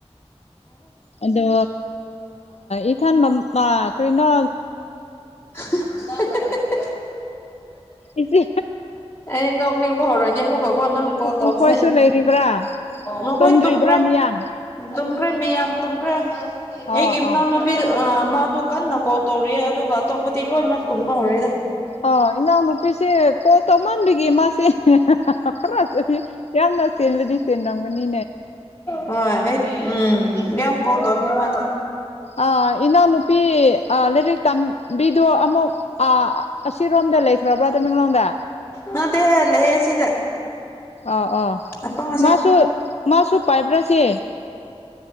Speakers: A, on the left; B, on the left.
A: ꯑꯗꯣ ꯑꯗꯣ ꯏꯊ ꯃ ꯀ꯭ꯔꯤꯅꯣ
B: <unintelligible>
A: ꯏꯆꯦ꯫
B: ꯑꯦ ꯉꯣꯛꯅꯤꯕ ꯍꯔꯅꯤ ꯃꯀ ꯀꯣ ꯑꯅꯥꯍꯪ ꯀꯣ ꯇꯣꯁꯦ
A: ꯃꯈꯣꯏꯁꯨ ꯂꯩꯔꯤꯕ꯭ꯔꯥ
B: ꯃꯈꯣꯏ
A: ꯇꯨꯝꯗ꯭ꯔꯤꯕ꯭ꯔꯥ
B: ꯇꯨꯝꯈ꯭ꯔꯦ
A: ꯃꯤꯌꯥꯝ
B: ꯇꯨꯝꯈ꯭ꯔꯦ ꯃꯤꯌꯥꯝ ꯇꯨꯝꯈ꯭ꯔꯦ <unintelligible> ꯑꯩꯒꯤ
A: ꯑ
B: ꯏꯅꯥꯎꯅ
A: ꯑ
B: ꯄꯤꯗ ꯃꯥꯗꯣ ꯀꯟꯅ ꯀꯣꯜ ꯇꯧꯔꯤꯌꯦ ꯑꯗꯨꯒ ꯑꯇꯣꯞꯄꯗꯤ ꯂꯣꯏꯃꯛ ꯇꯨꯝꯕ ꯍꯧꯔꯦꯗ꯫
A: ꯑ ꯏꯅꯥꯎꯅꯨꯄꯤꯁꯤ ꯀꯣꯜ ꯇꯧꯃꯟꯕꯤꯒꯤ ꯃꯥꯁꯤ ꯈꯔ ꯌꯥꯝꯅ ꯆꯦꯜꯂꯗꯤ ꯆꯦꯟꯂꯝꯝꯒꯅꯤ
B: ꯍ ꯎꯝ ꯌꯥꯝ ꯌꯥꯝ ꯀꯧ ꯇꯣꯅꯤ ꯃꯥꯗꯤ
A: ꯑ ꯏꯅꯥꯎꯅꯨꯄꯤ ꯂꯥꯏꯔꯤꯛ ꯇꯝꯕꯤꯗꯨ ꯑꯃꯨꯛ ꯑ ꯑꯁꯤꯔꯣꯝꯗ ꯂꯩꯈ꯭ꯔꯕ꯭ꯔꯣ ꯇꯃꯦꯡꯂꯣꯡꯗ
B: ꯃꯗꯦ ꯂꯦ ꯁꯤꯗ
A: ꯑꯥ ꯑꯥ
B: ꯑꯄꯉ
A: ꯃꯥꯁꯨ ꯃꯥꯁꯨ ꯄꯥꯏꯕ꯭ꯔꯥꯁꯦ